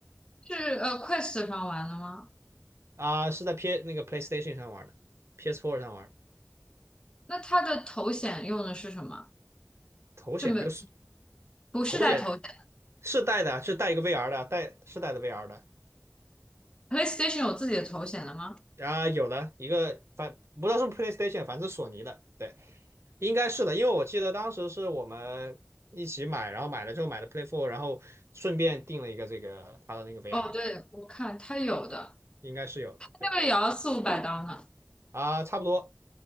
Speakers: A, on the left; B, on the right.
A: 是呃 Quest 上玩的吗？
B: 啊、是在 P 那个 PlayStation 上玩的，PS4 上玩的，
A: 那它的头显用的是什么？
B: 头显就是
A: 就没不是带头显
B: 头显是带的啊，是带一个 VR 的啊，带是带的 VR 的，
A: ，PlayStation 有自己的头显的吗？
B: 啊，有的一个反不知道是不是 PlayStation，反正是索尼的，对，应该是的，因为我记得当时是我们一起买，然后买了之后买的 Play 4，然后顺便订了一个这个它的那个 VR，
A: 哦，对，我看它有的，
B: 应该是有的，对
A: 那个也要四五百刀呢，
B: 啊，差不多，